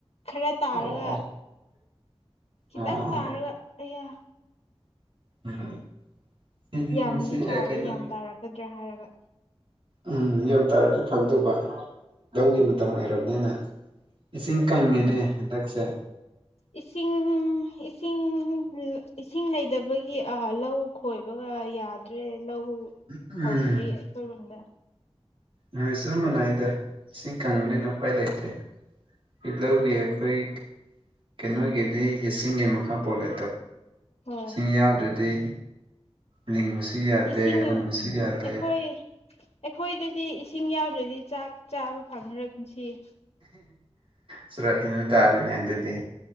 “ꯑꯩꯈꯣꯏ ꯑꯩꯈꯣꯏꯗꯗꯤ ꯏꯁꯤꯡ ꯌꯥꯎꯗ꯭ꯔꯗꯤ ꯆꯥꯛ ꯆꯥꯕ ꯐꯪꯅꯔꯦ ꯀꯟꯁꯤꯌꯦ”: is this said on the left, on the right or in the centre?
Left